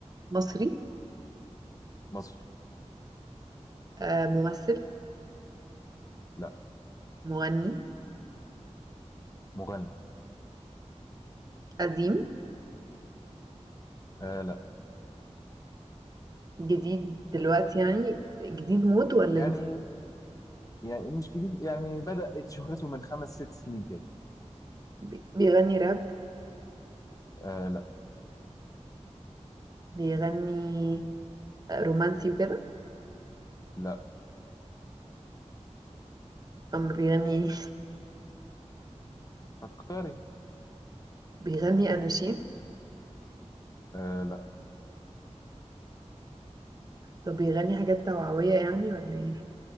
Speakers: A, on the right; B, on the left.
A: مصري
B: مصري
A: آه، ممثل
B: لا
A: مغني
B: مغني
A: قديم
B: آه لا
A: جديد دلوقتي يعني جديد مود ولا
B: يعني
A: جديد
B: يعني مش جديد يعني بدأت شهرته من خمس ست سنين كده
A: بي- بيغني راب
B: آه لا
A: بيغني آه، رومانسي وكده
B: لا
A: أم بيغني
B: فكري
A: <laughs> بيغني أناشيد
B: آه لا
A: طب بيغني حاجات توعوية يعني ولا ايه